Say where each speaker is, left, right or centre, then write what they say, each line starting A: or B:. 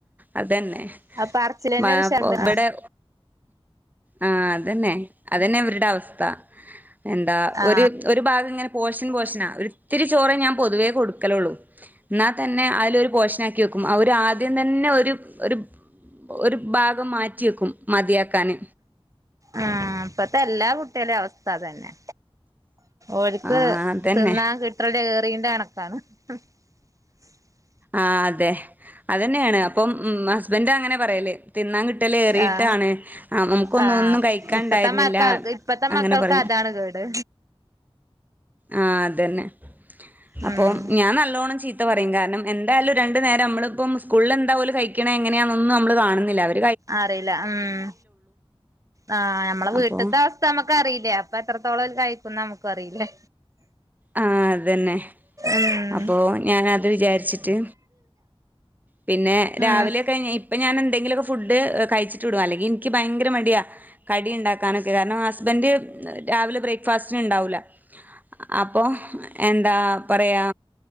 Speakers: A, on the right (about 15°); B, on the right (about 35°).
A: അതന്നെ
B: ആ പറച്ചിലന്നെ
A: മഴ
B: ഒരു ഉഷാറുണ്ട്
A: പൊ ഇവിടെ
B: ആ
A: ആ അതെന്നെ, അതന്നെ ഇവര്ടെ അവസ്ഥ. എന്താ
B: ആ
A: ഒരു ഒരു ഭാഗം ഇങ്ങനെ പോഷൻ പോഷനാ ഒരിത്തിരി ചോറേ ഞാൻ പൊതുവേ കൊടുക്കലൊള്ളൂ ഇന്നാ തന്നെ അയിലൊരു പോഷനാക്കി വെക്കും അവര് ആദ്യം തന്നെ ഒര് ഒര് ഒരു ഭാഗം മാറ്റി വെക്കും മതിയാക് കന്
B: ആ ഇപ്പത്തെ എല്ലാ കുട്ടികളേം അവസ്ഥ അതന്നെ. ഓര്ക്ക്
A: ആഹ് അതന്നെ
B: തിന്നാൻ കിട്ടലേറീന്റെ കണ <unintelligible>
A: ആ അതെ. അതന്നേണ് അപ്പം ഉം ഹസ്ബൻഡ് അങ്ങനെ പറയല് തിന്നാൻ കിട്ടല് ഏറിയിട്ടാണ്
B: ആ
A: ആ അമുക്കൊന്നും
B: ആഹ്
A: ഒന്നും കഴിക്കാൻ
B: ഇപ്പത്തെ
A: ഇണ്ടായിര്ന്നില്ലാ.
B: മക്കൾക്ക് ഇപ്പത്തെ
A: അങ്ങനെ
B: മക്കൾക്ക്
A: പറയും.
B: അതാണ് കേട്
A: ആ അതന്നെ. അപ്പോം
B: ഉം
A: ഞാൻ നല്ലോണം ചീത്ത പറയും കാരണം എന്തായാലും രണ്ടു നേരം അമ്മളിപ്പം സ്കൂൾല് എന്താ ഓല് കഴി ക്ക്ണെങ്ങനെയാന്നൊന്നും നമ്മള് കാണുന്നില്ല അവർ
B: അറിയില്ല ഉം ആ ഞമ്മളെ വീട്ട്ത്തെ
A: അപ്പൊ
B: അവസ്ഥ ഞമ്മക്ക് അറി അല്ലെ അപ്പൊ എത്രത്തോളം ഓല് കഴിക്കുന്ന് നമ്മക്ക് അറിയില്ലേ
A: ആഹ് അതന്നെ
B: ഉം
A: അപ്പൊ ഞാനത് വിചാരിച്ചിട്ട് പിന്നെ രാവിലെ
B: ഉം
A: കഴിഞ്ഞാ ഇപ് ഇപ്പൊ ഞാൻ എന്തെങ്കിലുമൊക്കെ ഫുഡ് കഴിച്ചിട്ട് വിടുവാ അല്ലങ്കിൽ എനിക്ക് ഭയങ്കര മടിയാ കടി ഇണ്ടാക്കാനൊക്കെ കാരണം ഹസ് ഹസ്ബൻഡ് രാവിലെ ബ്രേക്ക്ഫാസ്റ്റിന് ഇണ്ടാവൂല്ല അപ്പോ എന്താ പറയാ